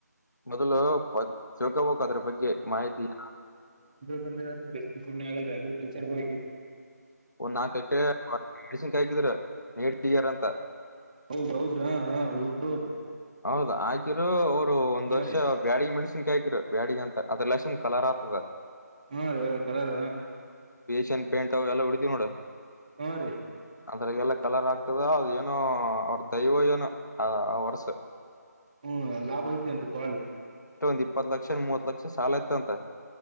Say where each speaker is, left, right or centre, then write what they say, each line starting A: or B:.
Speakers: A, on the left (about 85°); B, on the right (about 25°).
A: ಮೊದ್ಲು ತಿಳ್ಕೋಬಕ್ ಅದ್ರ ಬಗ್ಗೆ ಮಾಹಿತಿ ಏಲ್ಲ
B: ಆಗಗ್ರಿಕಲ್ರ್
A: ಒಂದ್ ನಾಲ್ಕಕಡೆ ಮೆಡ್ಸನ್ಕ ಹಾಕಿದ್ರ ನೀಡಿಾರಂತ
B: ಹೌದ್ೌದ್ರಾ ರುದ್ರ್ರಿ
A: ಹೌದ್ ಹಾಕಿರು ಅವ್ರು ಒಂದ್
B: ಹಾ
A: ವರ್ಷ
B: ರೀ
A: ಬ್ಯಾಡಿಗೆ ಮೆಡಿಸಿನ್ ಕ ಹಕಿರು ಬ್ಯಾಡಗ ಅಂತ ಅದೆೆಲ್ಲಾಂದು ಕಲಾರ ಆತದೆ
B: ಹಾ ರ ಕಲರ
A: ಚ ಪಂಟ್ ಅವ ಎಲ್ಲಾಡಿದೀ ನೋಡ
B: ಹಾ ರೀ
A: ಅದ್ರಗೆಲ್ಲ ಕಲರ್ ಆಗ್ತದ ಅದ ಏನುೋ ಅವ್ರ ದೈವ ಏನು ಆ ವರ್ಸ
B: ಹ್ಮ್ ಲಾಭ ಐತೆೇನ್ರಿ ಬಾಳ
A: ಇಷ್ಟೊಂದು್ ಇಪ್ಪತ್ ಲಕ್ಷ ಮೂವತ್ ಲಕ್ಷ ಸಾಲ ಇತಂತ